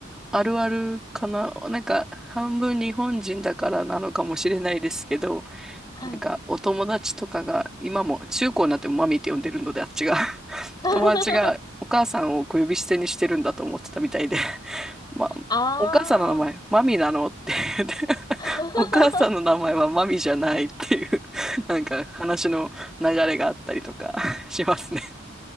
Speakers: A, in the centre; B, on the left.
A: あるあるかな、なんか、半分日本人だからなのかもしれないですけど、
B: はい。
A: なんか、お友達とかが、今も、中高になってもマミーって呼んでるので、あっちが、<laughs>
B: <laughs>
A: 友達がお母さんを小呼び捨てにしてるんだと思ってたみたいで、ま、
B: あー。
A: お母さんの名前、マミなのってで
B: <laughs>
A: <laughs> お母さんの名前はマミじゃないっていう、なんか話の流れがあったりとか <laughs> しますね。